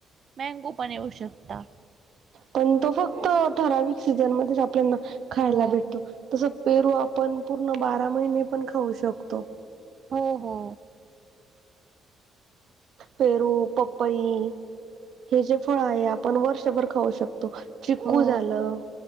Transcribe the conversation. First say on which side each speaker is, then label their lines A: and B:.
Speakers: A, on the right (about 40°); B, on the right (about 60°).
A: मँगो पण येऊ शकता.
B: पण तो फक्त ठराविक सीझनमध्येच आपल्याना खायला
A: हो
B: भेटतो. तसं पेरू आपण पूर्ण बारा महिने पण खाऊ शकतो.
A: हो हो.
B: पेरू, पपई हे जे फळ आहे आपण वर्षभर खाऊ शकतो. चिकू
A: हो
B: झालं